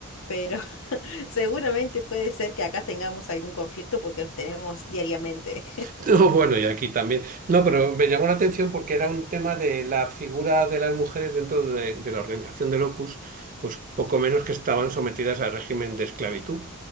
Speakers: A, on the left; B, on the right.
A: pero <laughs> seguramente puede ser que acá tengamos algún conflicto porque los tenemos diariamente.
B: <laughs> No, bueno, y aquí también. No, pero me llamó la atención porque era un tema de la figura de las mujeres dentro de, de la organización del Opus, pues poco menos que estaban sometidas al régimen de esclavitud.